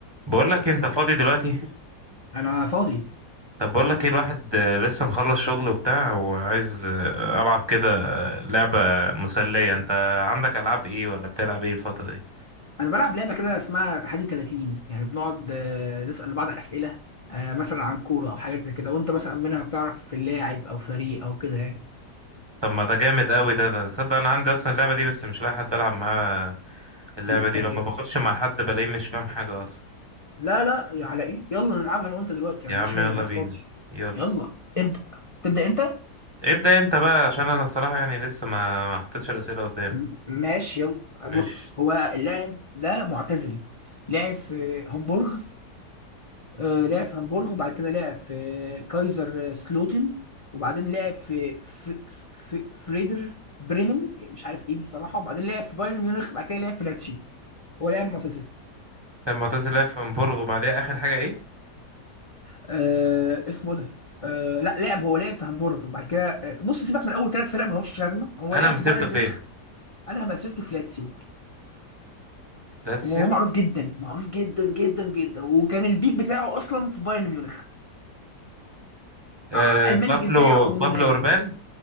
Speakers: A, on the right; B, on the left.
A: بقول لك انت فاضي دلوقتي
B: انا فاضي
A: طب بقول لك ايه الواحد آه، لسه مخلص شغل وبتاع وعايز آه، العب كده آه، لعبة مسلية انت عندك العاب ايه ولا بتلعب ايه الفترة دي
B: انا بلعب لعبه كده اسمها تحدي 30 يعني بنقعد آه، نسال بعض اسئله آه، مثلا عن كوره او حاجات زي كده وانت مثلا منها بتعرف اللاعب او فريق او كده يعني
A: طب ما ده جامد قوي ده ده تصدق انا عندي اصلا اللعبة دي بس مش لاقي حد العب معاه اللعبة
B: إيه
A: دي
B: طب
A: لما بخش مع حد بلاقيه مش فاهم حاجة اصلا
B: لا لا على ايه يلا نلعبها انا وانت دلوقتي
A: يا
B: ما عنديش
A: عم
B: مانع
A: يلا
B: انا قاعد
A: بينا
B: فاضي
A: يلا
B: يلا ابدا تبدا انت
A: ابدأ انت بقى عشان انا الصراحة يعني لسه ما ما حطيتش الأسئلة قدامي
B: م- ماشي يلا
A: ماشي
B: بص هو اللاعب ده معتزل لعب في هومبورغ آه، لعب في هامبورغ وبعد كده لعب في كايزر سلوتن وبعدين لعب في في في فريدر بريمن مش عارف ايه دي الصراحه وبعدين لعب في بايرن ميونخ وبعد كده لعب في لاتشي هو لاعب معتزل
A: طب معتز لعب في امبورغ وبعديها اخر حاجة ايه
B: آه اسمه ده آه لا لعب هو لعب في هامبورغ وبعد كده آه، بص سيبك من اول ثلاث فرق ما لهمش لازمه هو
A: انا
B: لعب
A: مسيرته
B: في بايرن
A: فين
B: ميونخ انا مسيرته في لاتسيو
A: لاتسيو.
B: وهو معروف جدا معروف جدا جدا جدا وكان البيك بتاعه اصلا في بايرن ميونخ
A: آه
B: ع- الماني
A: بابلو
B: الجنسيه ومهاجم
A: بابلو أوربان